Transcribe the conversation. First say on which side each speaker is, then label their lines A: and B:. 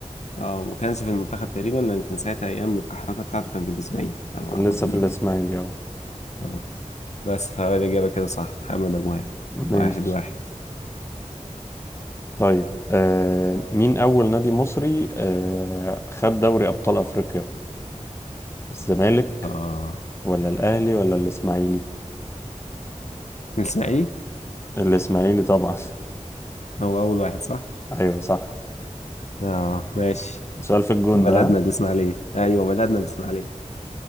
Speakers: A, on the left (about 60°); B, on the left (about 20°).
A: اه ما كانش في المنتخب تقريبا لان كان ساعتها ايام الكحركه بتاعته كان في الاسماعيلي على
B: كان
A: ما اعتقد
B: لسه في
A: يعني
B: الاسماعيلي اه
A: اه بس فهو الإجابة كده صح محمد أبو وهاب واحد
B: ماشي
A: واحد
B: طيب آه مين اول نادي مصري آه خد دوري ابطال افريقيا الزمالك
A: آه
B: ولا الاهلي ولا الاسماعيلي
A: الإسماعيلي
B: الاسماعيلي طبعا <laughs>
A: هو أول واحد صح؟
B: ايوه صح
A: آه ماشي
B: سؤال في الجون
A: بلدنا
B: ده ها؟
A: الإسماعيلية أيوة بلدنا الإسماعيلية